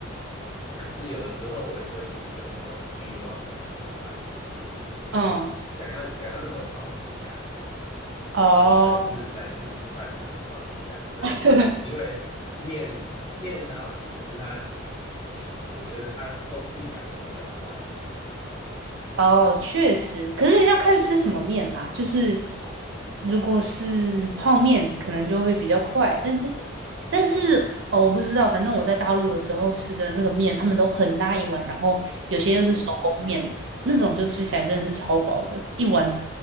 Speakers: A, on the left; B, on the right.
A: 可是有的时候我也会就是有那种欲望会想吃饭，就是有
B: 嗯，
A: 想要想要那种饱足感。
B: 哦，
A: 从来自来自米饭的饱足感，那你因为面面很好吃，
B: <laughs>
A: 可是它你我觉得它空腹感会比较快。
B: 哦，确实，可是要看吃什么面啦。就是如果是泡面，可能就会比较快，但是但是哦，我不知道，反正我在大陆的时候吃的那个面，他们都很大一碗，然后有些又是手工面，
A: 嗯，
B: 那种就吃起来真的是超饱的，一碗